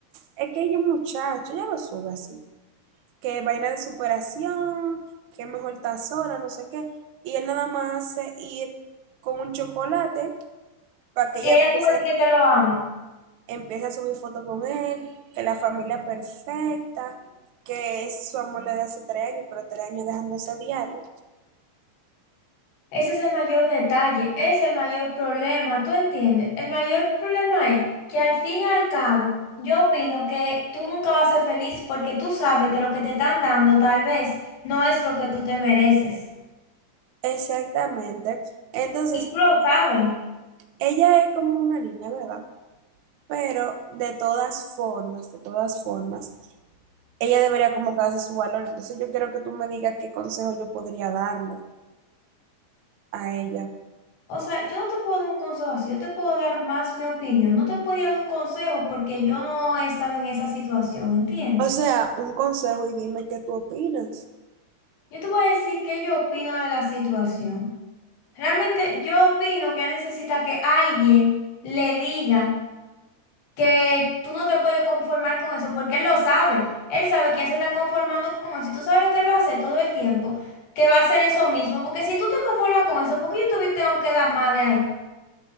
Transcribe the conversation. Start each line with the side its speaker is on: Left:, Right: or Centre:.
Right: es que ella es un muchacho, ella lo sube así. que vaina de superación, que mejor estar sola, no sé qué. Y él nada más hace ir con un chocolate para que
Left: Y
Right: ella
Left: ella
Right: empiece,
Left: tú me dices que lo amo.
Right: empiece a subir fotos con él, que la familia perfecta, que ese es su amor le de hace tres años, pero tres años dejándose diario.
Left: Ese es el mayor detalle, es el mayor problema, ¿tú entiendes? El mayor problema es que al fin y al cabo, yo opino que tú nunca vas a ser feliz porque tú sabes que lo que te están dando tal vez no es lo que tú te mereces.
Right: Exactamente. Entonces,
Left: Y tú lo sabes.
Right: ella es como una niña, ¿verdad? Pero de todas formas, de todas formas, ella debería como que darse su valor. Entonces yo quiero que tú me digas qué consejo yo podría darle a ella.
Left: O sea, yo no te puedo dar un consejo así, yo te puedo dar más mi opinión. No te podía dar un consejo porque yo no he estado en esa situación, ¿entiendes?
Right: O sea, un consejo y dime qué tú opinas.
Left: Yo te voy a decir qué yo opino de la situación. Realmente yo opino que ella necesita que alguien le diga que tú no te puedes conformar con eso porque él lo sabe. Él sabe que ya se está conformando con eso y tú sabes lo que él va a hacer todo el tiempo, que va a hacer eso mismo. Porque si tú te conformas con eso, ¿por qué yo te tengo que dar más de ahí?